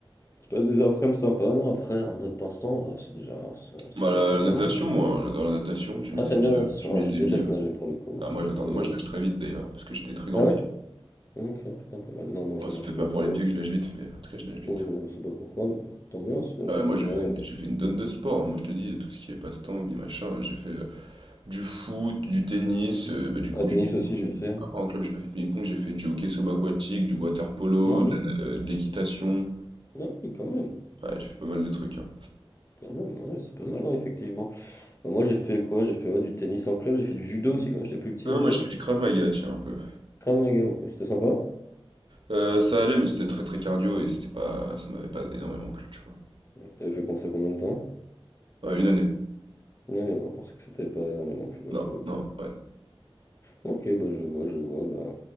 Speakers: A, on the left; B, on the right.
A: tu passes des après-midi sympas, non, après, un autre passe-temps, euh, c'est déjà, c'est c'est
B: Bah,
A: déjà
B: la
A: pas
B: natation,
A: mal. hein.
B: moi, hein, j'adore la natation. Je m'étais
A: Ah, t'aimes
B: mis.
A: bien,
B: euh,
A: nager
B: je
A: Ah,
B: m'étais
A: je déteste
B: mis. euh,
A: nager pour le coup, moi,
B: ah, moi,
A: j'aime
B: j'adore.
A: pas
B: Moi,
A: nager.
B: je nage très vite d'ailleurs parce que j'ai des très grands
A: Ah ouais?
B: pieds.
A: Ok, putain, pas mal. Non, moi,
B: Bon,
A: je,
B: c'est
A: nage,
B: peut-être
A: euh,
B: pas pour
A: je
B: les
A: vois.
B: pieds que je nage vite, mais en tout cas, je nage vite.
A: Oui, moi, je sais pas pourquoi, mais tant mieux, sinon,
B: Ah ouais,
A: juste
B: moi j'ai
A: moi,
B: fait une,
A: euh,
B: j'ai fait une donne de sport, hein. moi je te dis, tout ce qui est passe-temps, hobby, machin, j'ai fait, Du foot, du tennis, heu, bah, du coup,
A: Ah, tennis
B: du ping-pong.
A: aussi, j'ai fait.
B: Après en club, j'ai pas fait de ping-pong, j'ai fait du hockey subaquatique, du water-polo,
A: Non,
B: de
A: oui,
B: la na heu, de l'équitation.
A: non, oui, quand même,
B: Ouais, j'ai fait pas mal de trucs, hein.
A: quand même, ouais, c'est pas mal, hein, effectivement. Bah, moi j'ai fait quoi? J'ai fait ouais, du tennis en club, j'ai fait du judo aussi quand j'étais plus petit
B: Non,
A: en
B: moi,
A: club.
B: je fais du Krav Maga, tiens, un peu.
A: Ah mon gars, ok, c'était sympa.
B: Heu, ça allait, mais c'était très, très cardio et c'était pas ça m'avait pas énormément plu, tu vois?
A: Ouais, T'avais fait comme ça combien de temps?
B: Heu, 1 année.
A: Non, on pensait que c'était pas énormément plus ouais,
B: Non,
A: pour le coup.
B: non, ouais.
A: Ok, bah je vois, je vois, bah.